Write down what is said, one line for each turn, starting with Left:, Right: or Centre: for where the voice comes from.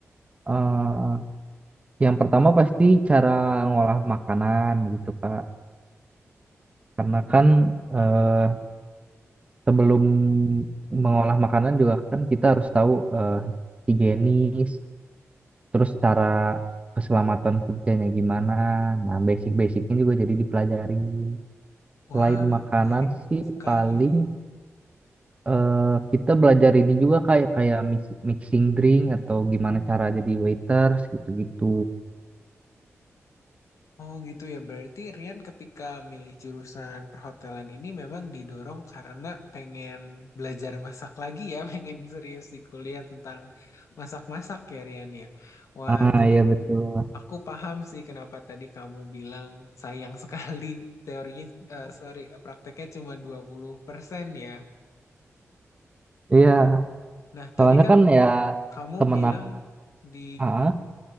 Right: eh, yang pertama pasti cara ngolah makanan gitu Kak karena kan eh, sebelum mengolah makanan juga kan kita harus tahu eh, higienis terus cara keselamatan kerjanya gimana. Nah, basic-basicnya juga jadi dipelajarin. Selain
Left: Wah
Right: makanan
Left: menarik
Right: sih
Left: sekali.
Right: paling eh, kita belajar ini juga kayak kayak mix- mixing drink atau gimana cara jadi waiters gitu-gitu.
Left: Oh gitu ya, berarti Rian ketika milih jurusan perhotelan ini memang didorong karena pengen belajar masak lagi ya, <laughs> pengen serius di kuliah tentang masak-masak ya Rian ya. Wah,
Right: Ah
Left: jadi
Right: iya betul.
Left: aku paham sih kenapa tadi kamu bilang sayang <laughs> sekali teorinya, eh, sorry, prakteknya cuma 20% ya.
Right: Iya,
Left: Nah,
Right: soalnya
Left: tadi kan
Right: kan ya
Left: kamu
Right: temen
Left: bilang
Right: aku,
Left: di
Right: ah,